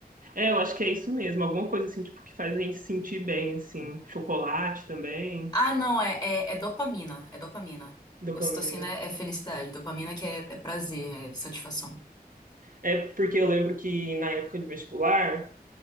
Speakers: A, on the right; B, on the left.
A: É, eu acho que é isso mesmo, alguma coisa, assim, tipo, que faz a gente se sentir bem, assim. Chocolate também.
B: Ah, não, é, é, é dopamina. É dopamina.
A: Dopamina.
B: Ocitocina é é felicidade, dopamina que é, é prazer, é satisfação.
A: É porque eu lembro que na época de vestibular,